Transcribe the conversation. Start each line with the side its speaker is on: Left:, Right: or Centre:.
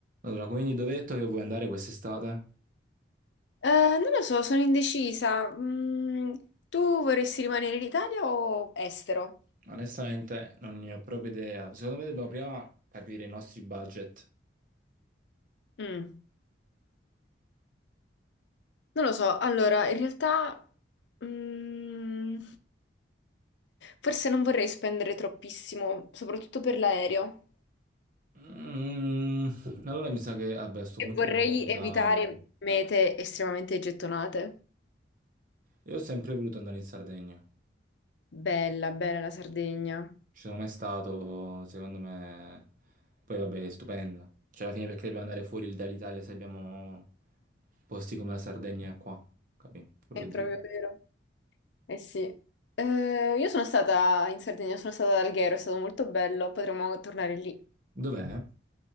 Right: Allora, quindi dove hai detto che vuoi andare quest'estate?
Left: Eh, non lo so, sono indecisa. Mm, tu vorresti rimanere in Italia o estero?
Right: Onestamente non ne ho proprio idea. Secondo me dobbiamo prima capire i nostri budget.
Left: Mm, Non lo so. Allora, in realtà, mm, forse non vorrei spendere troppissimo, soprattutto per l'aereo.
Right: Mm, allora mi sa che, vabbè, a sto
Left: E
Right: punto
Left: vorrei
Right: rimaniamo in Italia.
Left: evitare mete estremamente gettonate.
Right: Io ho sempre voluto andare in Sardegna.
Left: Bella, bella la Sardegna.
Right: Ci sono mai stato, secondo me... Poi vabbè, è stupenda. Cioè, alla fine perché dobbiamo andare fuori dall'Italia se abbiamo posti come la Sardegna qua? Capì? Quello
Left: È
Right: che
Left: proprio
Right: dico.
Left: vero. Eh sì. Eh, io sono stata in Sardegna, sono stata ad Alghero, è stato molto bello. Potremmo tornare lì,
Right: Dov'è?